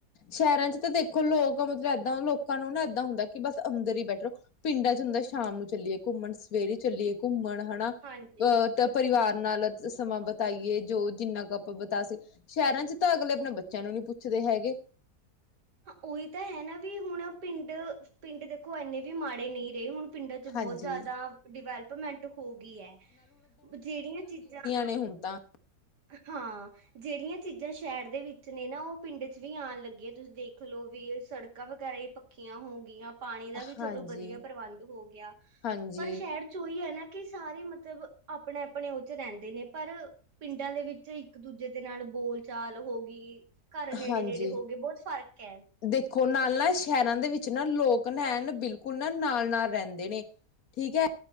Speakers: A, on the left; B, on the right.
A: ਸ਼ਹਿਰਾਂ ਚ ਤਾਂ ਦੇਖੋ, ਲੋਕ ਮਤਲਬ ਏਦਾਂ ਲੋਕਾਂ ਨੂੰ ਨਾ ਏਦਾਂ ਹੁੰਦਾ, ਕਿ ਬਸ ਅੰਦਰ ਹੀ ਬੈਠੋ ਰੋ ਪਿੰਡਾਂ ਚ ਹੁੰਦਾ ਸ਼ਾਮ ਨੂੰ ਚੱਲੀਏ ਘੁੰਮਣ ਸਵੇਰੇ ਚੱਲੀਏ ਘੁੰਮਣ ਹਨਾ ਅਹ
B: ਹਾਂਜੀ।
A: ਤ ਪਰਿਵਾਰ ਨਾਲ ਅ ਸਮਾਂ ਬਿਤਾਈਏ ਜੋ ਜਿੰਨਾ ਕੁ ਆਪਾਂ ਬਿਤਾ ਸਕ, ਸ਼ਹਿਰਾਂ ਚ ਤਾਂ ਅਗਲੇ ਆਪਣੇ ਬੱਚਿਆਂ ਨੂੰ ਨਈ ਪੁੱਛਦੇ ਹੈਗੇ।
B: ਉਹੀ ਤਾਂ ਹੈ ਨਾ ਵੀ ਹੁਣ ਪਿੰਡ -ਪਿੰਡ ਦੇਖੋ ਇੰਨੇ ਵੀ ਮਾੜੇ ਨਈ ਰਹੇ ਹੁਣ ਪਿੰਡਾਂ ਚ
A: ਹਾਂਜੀ।
B: ਬਹੁਤ ਜਿਆਦਾ ਡਿਵੈਲਪਮੈਂਟ ਹੋ ਗਈ ਹੈ। ਜਿਹੜੀਆਂ ਚੀਜ਼ਾਂ
A: ਨੀ ਹੁਣ ਤਾਂ
B: ਹਾਂ। ਜਿਹੜੀਆਂ ਚੀਜ਼ਾਂ ਸ਼ਹਿਰ ਦੇ ਵਿੱਚ ਨੇ ਨਾ ਉਹ ਪਿੰਡ ਚ ਵੀ ਆਉਣ ਲੱਗੀਆਂ, ਤੁਸੀਂ ਦੇਖ ਲਓ ਵੀ ਓਸੜਕਾਂ ਵਗੈਰਾ ਵੀ ਪਕ ਪਕੀਆ ਹੋ ਗਈਆਂ, ਪਾਣੀ ਦਾ ਵੀ
A: ਹਾਂਜੀ
B: ਚਲੋ ਵਧੀਆ ਪ੍ਰਬੰਧ ਹੋ ਗਿਆ।
A: ਹਾਂਜੀ
B: ਪਰ ਸ਼ਹਿਰ ਉਹੀ ਹੈ ਨਾ ਕਿ ਸਾਰੇ ਮਤਲਬ ਆਪਣੇ- ਆਪਣੇ ਉਹ ਚ ਰਹਿੰਦੇ ਨੇ ਪਰ ਪਿੰਡਾਂ ਦੇ ਵਿੱਚ ਇੱਕ ਦੂਜੇ ਦੇ ਨਾਲ ਬੋਲ -ਚਾਲ ਹੋ ਗਈ। ਘਰ ਨੇੜੇ-
A: ਹਾਂਜੀ
B: ਨੇੜੇ ਹੋ ਗਏ, ਬਹੁਤ ਫ਼ਰਕ ਐ।
A: ਦੇਖੋ ਨਾਲ ਨਾ ਸ਼ਹਿਰਾਂ ਦੇ ਵਿੱਚ ਨਾ ਲੋਕ ਨਾ ਐਨ ਬਿਲਕੁਲ ਨਾ ਨਾਲ-ਨਾਲ ਰਹਿੰਦੇ ਨੇ ਠੀਕ ਹੈ,